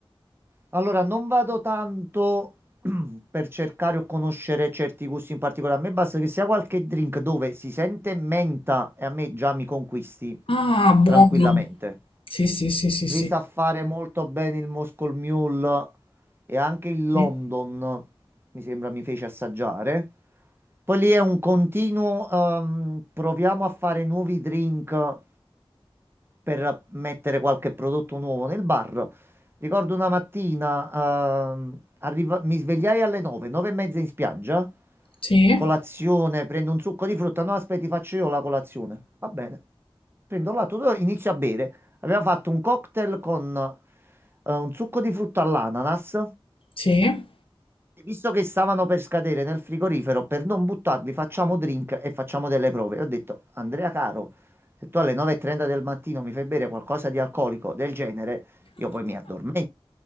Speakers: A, on the right; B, on the left.
A: Allora, non vado tanto <clears throat> per cercare o conoscere certi gusti in particolare. A me basta che sia qualche drink dove si sente menta e a me già mi conquisti
B: Ah, buono.
A: tranquillamente.
B: Sì, sì, sì, sì, sì.
A: Li sa fare molto bene il Moscow Mule e anche il London,
B: Mm.
A: mi sembra mi fece assaggiare. Poi lì è un continuo, ehm, proviamo a fare nuovi drink per mettere qualche prodotto nuovo nel bar. Ricordo una mattina, ehm, arriva- mi svegliai alle 9, 9 e mezza in spiaggia,
B: Sì,
A: colazione, prendo un succo di frutta, no aspetta, ti faccio io la colazione. Va bene. Prendo l'atto, inizio a bere. Aveva fatto un cocktail con eh, un succo di frutta all'ananas,
B: sì.
A: Visto che stavano per scadere nel frigorifero, per non buttarli, facciamo drink e facciamo delle prove. E ho detto, Andrea caro, se tu alle 9.30 del mattino mi fai bere qualcosa di alcolico del genere, io poi mi addormento.